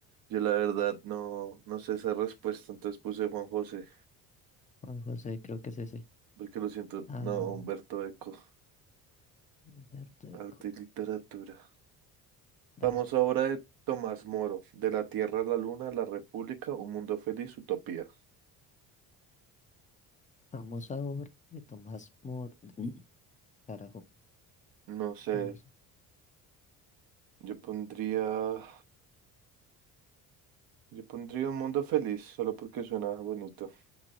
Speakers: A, on the right; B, on the left.
A: Yo la verdad no, no sé esa respuesta, entonces puse Juan José,
B: <laughs> Juan José, creo que es ese.
A: porque lo siento.
B: Ah,
A: No,
B: no,
A: Humberto Eco,
B: Humberto Eco.
A: arte y literatura.
B: Dale.
A: vamos ahora de Tomás Moro, De la Tierra a la Luna, La República, Un Mundo Feliz, Utopía.
B: Famosa obra de Tomás Moro. <clears throat> Carajo,
A: No sé,
B: famoso.
A: yo pondría, yo pondría Un Mundo Feliz, solo porque suena bonito.